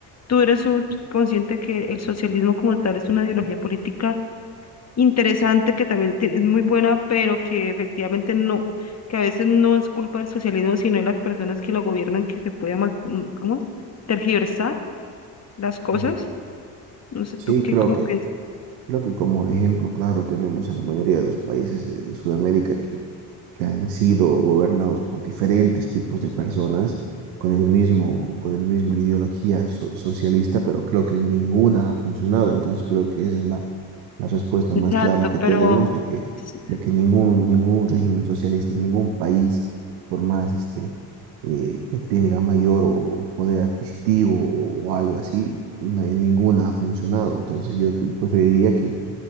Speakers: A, on the left; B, on the right.
A: tú eres un- consciente que el socialismo como tal es una ideología política interesante, que también ti- es muy buena, pero que efectivamente no, que a veces no es culpa del socialismo, sino de las personas que lo gobiernan, que se puede mal, ¿cómo? es? tergiversar las cosas.
B: Mm.
A: No sé
B: Sí,
A: tú qué,
B: creo
A: cómo
B: que,
A: piensas.
B: creo que como ejemplo claro tenemos a la mayoría de los países de, de Sudamérica que que han sido gobernados por diferentes tipos de personas con el mismo, con el mismo ideología so- socialista, pero creo que ninguna ha funcionado. Entonces creo que esa es la, la respuesta
A: Exacto,
B: más clara que
A: pero
B: tenemos de que,
A: s-
B: de que ningún, ningún régimen socialista, ningún país, por más este, eh, que tenga mayor o poder adquisitivo o, o algo así, na- ninguna ha funcionado. Entonces yo preferiría que,